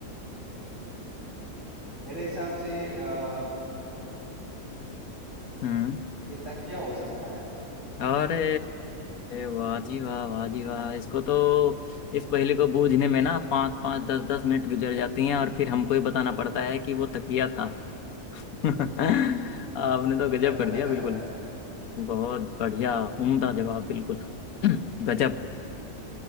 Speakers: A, on the right; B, on the left.
A: मेरे हिसाब से आ,
B: हम्म
A: ये तकिया हो सकता है
B: अरे वाह जी वाह वाह जी वाह इसको तो इस पहेली को बूझने में ना पाँच पाँच दस दस मिनट गुजर जाती हैं और फिर हमको ही बताना पड़ता है कि वो तकिया था <laughs> आपने तो गजब
A: <laughs>
B: कर दिया बिल्कुल बहुत बढ़िया उम्दा जवाब बिल्कुल <clears throat> गजब